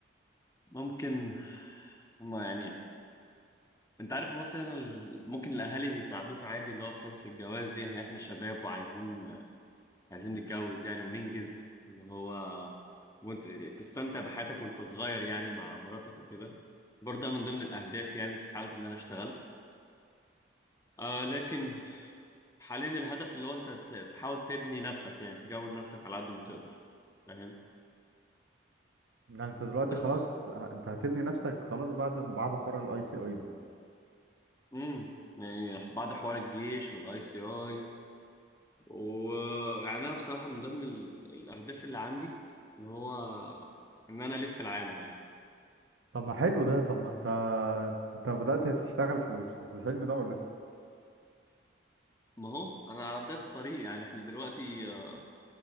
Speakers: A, on the left; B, on the right.
A: ممكن هما يعني انت عارف في مصر هنا ال- ممكن الاهالي بيساعدوك عادي اللي هو في حته الجواز دي يعني احنا شباب وعايزين عايزين نتجوز يعني وننجز اللي هو وانت تستمتع بحياتك وانت صغير يعني مع مراتك وكده برضه ده من ضمن الاهداف يعني في حاله ان انا اشتغلت آه لكن حاليا الهدف اللي هو انت ت- تحاول تبني نفسك يعني تكون نفسك على قد ما تقدر فاهم
B: يعني انت دلوقتي
A: بس
B: خلاص ه- انت هتبني نفسك خلاص بعد بعد حوار الاي سي اي ده
A: امم يعني بعد حوار الجيش والاي سي اي ويعني انا بصراحه من ضمن ال- الاهداف اللي عندي اللي هو ان انا الف العالم يعني
B: طب ما حلو ده طب ما انت انت بدأت تشتغل في ال- في الحلم ده ولا لسه
A: ما هو انا على بدايه الطريق يعني احنا دلوقتي آه،